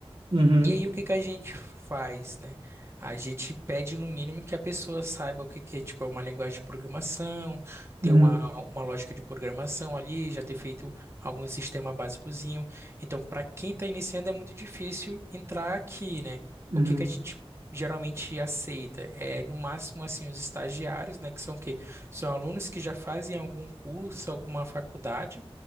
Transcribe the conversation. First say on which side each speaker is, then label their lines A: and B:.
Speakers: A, on the right; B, on the right.
A: Uhum,
B: E aí o que que a gente faz, né? A gente pede no mínimo que a pessoa saiba o que que é, tipo, é uma linguagem de programação, ter
A: Uhum.
B: uma, uma lógica de programação ali, já ter feito algum sistema básicozinho. Então, para quem está iniciando é muito difícil entrar aqui, né?
A: Uhum.
B: O que que a gente geralmente aceita é no máximo assim os estagiários, né, que são o quê? São alunos que já fazem algum curso, alguma faculdade